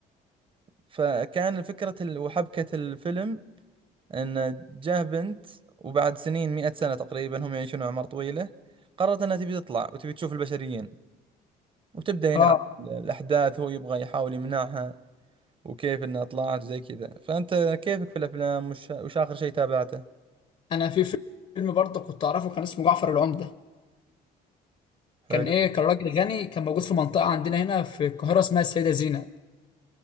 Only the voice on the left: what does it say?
اه
انا في فيلم برضه كنت اعرفه كان اسمه جعفر العمدة
كان ايه كان راجل غني كان موجود في منطقة عندنا هنا في القاهرة اسمها السيدة زينب